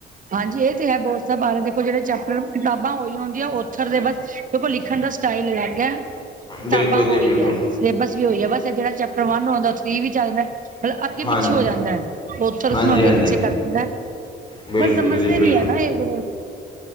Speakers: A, on the right; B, on the left.
A: ਹਾਂਜੀ ਇਹ ਤੇ ਹੈ ਬੋਤ ਬਾਰੇ ਦੇਖੋ ਜਿਹੜ ਚੈਪਟਰ ਕਿਤਾਬਾਂ ਹੋਈ ਹੁੰਦੀ ਓਥਰ ਦੇ ਬਸ ਦੇੋ ਲਿਖਣ ਦਾ ਸਟਾਈਲ ਅਲੱਗ ਹੈ ਕਿਤਾਬਾਂ
B: ਬਿਲਕੁਲ ਜੀ
A: ਉਈ
B: ਬਿਲਕੁਲ
A: ਹੈ ਸਿਲੇਬਸ ਵੀ ਉਈ ਹੈ ਬਸ ਜਿਹੜਾ ਚੈਪਟਰ ਵਨ ਆਉਂਦਾ ਉਹ ਥਰੀ ਵੀ ਚੱਲਦਾ ਮਤਲਬ ਅੱਗੇ
B: ਹਾਂਜੀ
A: ਪਿੱਛੇ ਹੋ ਜਾਂਦਾ ਹੈ ਓਥਰ ਉਸਨੂੰ
B: ਹਾਂਜੀ
A: ਅੱਗੇ
B: ਹਾਂਜੀ
A: ਪਿੱਛੇ ਕਰ ਦਿੰਦਾ
B: ਬਿਲਕੁਲ
A: ਬਸ ਸਮਝਦੇ
B: ਜੀ ਬਿਲਕੁਲ
A: ਨੀ ਆ ਨਾ ਇਹ ਜੇੜੇ